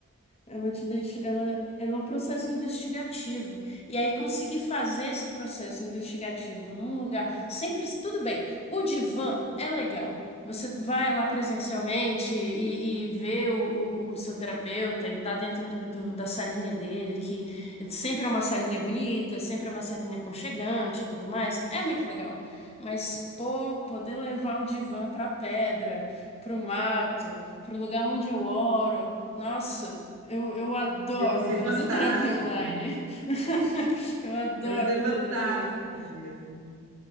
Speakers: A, on the left; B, on the right.
A: ela te deixa, ela, ela é um processo investigativo. E aí conseguir fazer esse processo investigativo num lugar sempre tudo bem. O divã é legal. Você vai lá presencialmente e, e vê o, o- o seu terapeuta e tá dentro do- do- da salinha dele, que sempre é uma salinha bonita, sempre é uma salinha aconchegante e tudo mais. É muito legal. Mas, pô, poder levar o divã pra pedra, pro mato, pro lugar onde eu oro. Nossa, eu, eu adoro
B: Deve ser
A: fazer
B: fantástico.
A: terapia online. <laughs> Eu adoro
B: Deve ser
A: fazer
B: fantástico
A: terapia online.
B: mesmo.